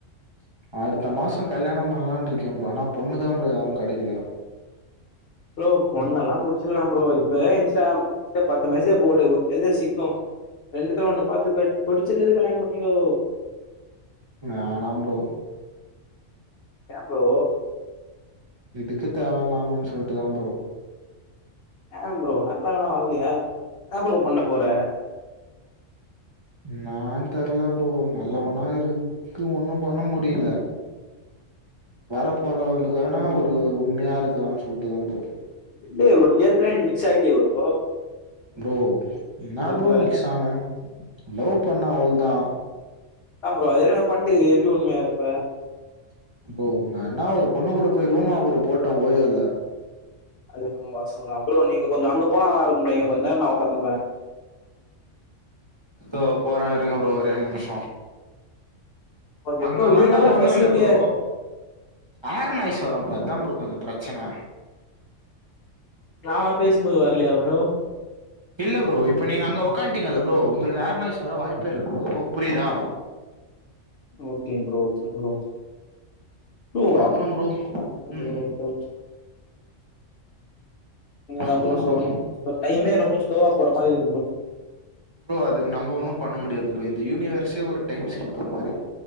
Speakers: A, on the right; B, on the left.
A: அடுத்த மாச கல்யாணம் பண்ணலான்ட் இருக்கே ப்ரோ ஆனா பொண்ணுதா ப்ரோ யாரு கெடைக்கல
B: ப்ரோ பொண்ணெல்லா புடிச்க்லா ப்ரோ இப்பயே இன்ஸ்டா பத்து மெசேஜ் போடு ஒரு மேசேஜ் சிக்கு ரெண்டுத்துல ஒண்ணு பாத்து புடிச்சது எது கல்யாண பண்ணிக்கோ
A: வேணா ப்ரோ
B: ஏ புரோ
A: எதுக்கு தேவ இல்லாமன் சொல்ட்டுதா ப்ரோ
B: ஏன் ப்ரோ நல்லவனா வாழ்ந்து யாரு இன்னா ப்ரோ பண்ண போற
A: நான் தெர்ல ப்ரோ நல்லவனா இருக்கு ஒன்னு பண்ண முடில வர போறவளுக்கானா
B: ஓகே ப்ரோ
A: ஒரு உண்மையா இருக்கலான் சொல்ட்டுதா ப்ரோ
B: இல்லயே ப்ரோ நீ ஏற்கனவே மிக்ஸ் ஆய்ட்டியே ப்ரோ
A: ப்ரோ இன்னா
B: இப்ப இருப்ப
A: ப்ரோ மிக்ஸ் ஆன லவ் பண்ண அவுள்தா
B: அதா ப்ரோ ஏற்கனவே பண்ட்ருக்குறியே எப்படி உண்மையா இருப்ப
A: ப்ரோ நா இன்னா ஒரு பொண்ணு கூட போய் ரூமா ப்ரோ போட்ட ஓய்யால
B: அது என்னமோ வாஸ்தவதா ப்ரோ நீங்க கொஞ்சோ அங்க போனா நல்லாருக்கு புரோ இங்க கொஞ்சோ நேரம் நா ஒக்காந்துப்ப
A: தோ போறே இருங்க ப்ரோ ஒரே நிமிஷ
B: ஓகே
A: அங்க
B: ப்ரோ
A: வந்தா
B: இது நல்லா
A: ஒன்னுல்ல
B: ஃபெசிலிட்டியா
A: ப்ரோ
B: இருக்கு
A: ஆர்ன் நாய்ஸ்
B: ஆ
A: வரு ப்ரோ அதா ப்ரோ கொஞ்சோ பிரச்சன
B: நா பேசு போது வர்லயா ப்ரோ
A: இல்ல ப்ரோ இப்ப நீங்க அங்க ஓக்கான்டீங்கல்ல ப்ரோ உங்களுக்கு ஆர்நாய்ஸ் வர வாய்ப்பே இல்ல ப்ரோ புரியுதா
B: ஓகேங் ப்ரோ ஓகேங் ப்ரோ ப்ரோ
A: அப்புறம் ப்ரோ
B: ஓகே ப்ரோ
A: ம்
B: ஓகே ஓகே இப்ப
A: சொல்லுங்க ப்ரோ
B: டைமே ரொம்ப ஸ்லோவா போற மாரி இருக்கு ப்ரோ
A: ப்ரோ அதுக்கு நம்ம ஒன்னு பண்ண முடியாது ப்ரோ இந்த யூனிவர்ஸே ஒரு டைம் ஸ்கீப்பர் மாரி